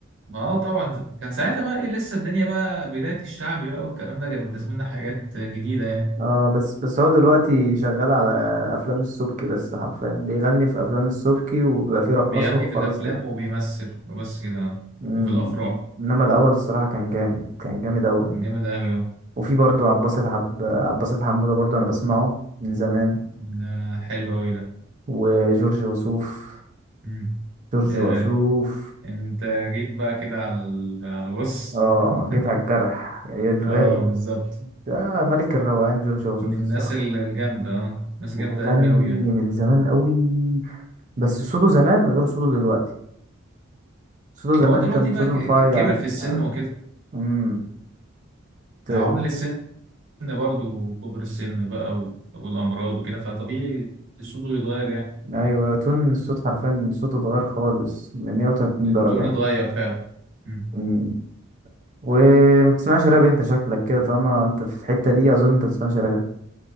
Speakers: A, on the right (about 65°); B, on the right (about 40°).
A: ما اه طبعا كان ساعتها بقى ايه لسه الدنيا بقى بداية الشعب بقى والكلام ده كان بالنسبة لنا حاجات جديدة يعني
B: اه بس بس هو دلوقتي شغال على افلام السبكي بس حرفيا بيغني في افلام السبكي وبيبقى فيه رقاصه
A: بيغني
B: وخلاص
A: في الأفلام
B: كده
A: وبيمثل وبس كده
B: مم.
A: وفي الأفراح
B: انما الاول الصراحه كان جامد كان جامد اوي
A: كان جامد أوي اه
B: وفي برضه عباسة حب عباسة حموده برضه انا بسمعه من زمان
A: ده حلو أوي ده
B: وجورج وسوف
A: مم.
B: جورج
A: ياه
B: وسوف
A: انت جيت بقى كده على ال... على بص
B: اه
A: <laughs>
B: جيت على الجرح يعني الرايق
A: اه بالظبط
B: ده ملك الروقان جورج وسوف
A: من الناس
B: الصراحه
A: ال- الجامدة اه ناس جامدة
B: وبيغني
A: أوي أوي يعني
B: من زمان قوي بس صوته زمان غير صوته دلوقتي صوته
A: هو
B: زمان
A: دلوقتي
B: كان
A: بقى
B: صوته
A: ك-
B: رفيع
A: ك- كبر في السن
B: آه،
A: وكده
B: امم ت-
A: عوامل السن برضه وكبر السن بقى و- والأمراض وكده فطبيعي صوته يتغير يعني
B: ايوه تون الصوت حرفيا صوته اتغير خالص من 180
A: التون
B: درجة
A: اتغير فعلا مم.
B: امم وما بتسمعش راب انت شكلك كده طالما انت في الحتة دي اظن انت بتسمعش راب